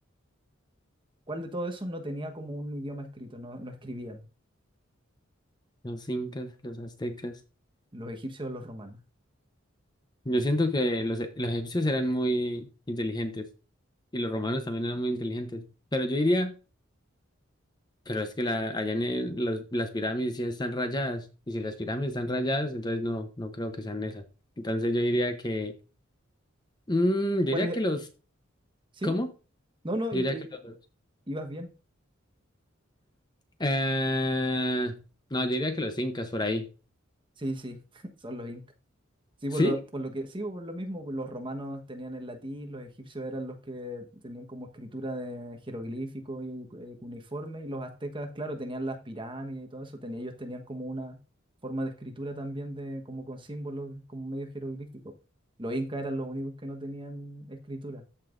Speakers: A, on the right; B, on the left.
A: ¿Cuál de todos esos no tenía como un idioma escrito? No, no escribían,
B: los incas, los aztecas.
A: los egipcios o los romanos.
B: Yo siento que los, los egipcios eran muy inteligentes y los romanos también eran muy inteligentes. Pero yo diría... Pero es que la, allá en el- las, las pirámides sí están rayadas. Y si las pirámides están rayadas, entonces no, no creo que sean esas. Entonces yo diría que. mm, yo diría
A: ¿Cuál es?
B: que los.
A: ¿Sí?
B: ¿Cómo?
A: No, no,
B: Yo
A: i-
B: diría
A: i-
B: que los.
A: ibas bien.
B: Eh, no, yo diría que los incas por ahí.
A: Sí, sí, <laughs> son los incas. Sí,
B: ¿Sí?
A: por lo, por lo que, sí, por lo mismo, pues, los romanos tenían el latín, los egipcios eran los que tenían como escritura de jeroglífico y eh, cuneiforme, y los aztecas, claro, tenían las pirámides y todo eso, tenía- ellos tenían como una forma de escritura también de, como con símbolos, como medio jeroglífico. Los incas eran los únicos que no tenían escritura.